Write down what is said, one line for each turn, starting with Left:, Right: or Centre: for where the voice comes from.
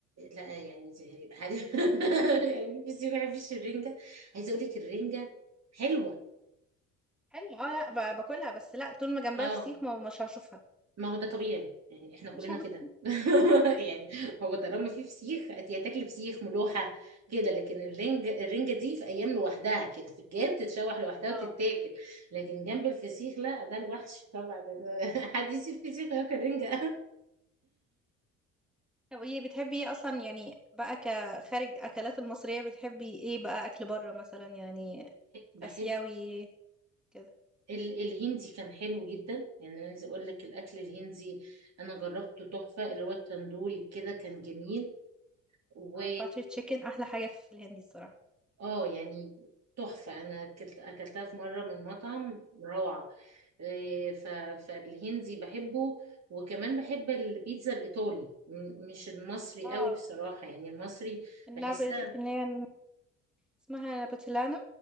Right: لا يعني زهري حد <laughs> يعني بس ما بيحبش الرنجة عايزة اقول لك الرنجة حلوة
Centre: حلو اه لا ب- باكلها بس لا طول ما جنبها
Right: اه
Centre: فسيخ ما مش هشوفها
Right: ما هو ده طبيعي يعني احنا كلنا
Centre: مش هبص
Right: كده <laughs> يعني هو طالما في فسيخ هت- هتاكلي فسيخ ملوحة كده لكن الرنجة الرنجة دي في ايام لوحدها كده في الجاب تتشوح لوحدها
Centre: اه
Right: وتتاكل لكن جنب الفسيخ لا ده الوحش طبعا ده- ده <laughs> حديث الفسيخ ياكل رنجة
Centre: طب ايه بتحبي ايه اصلا يعني بقى كخارج اكلات المصريه بتحبي ايه بقى اكل بره مثلا يعني
Right: بحب
Centre: اسيوي كده
Right: ال- الهندي كان حلو جدا يعني عايزه اقول لك الاكل الهندي انا جربته تحفه اللي هو التندوري كده كان جميل و
Centre: اه الباتر تشيكن احلى حاجه في الهندي الصراحه
Right: اه يعني تحفه انا اكلت اكلتها في مره من مطعم روعه إيه، ف... فالهندي بحبه وكمان بحب البيتزا الايطالي م- مش المصري
Centre: اه
Right: قوي بصراحه يعني المصري
Centre: النابل
Right: بحسها
Centre: اللي هي اسمها نابتلانا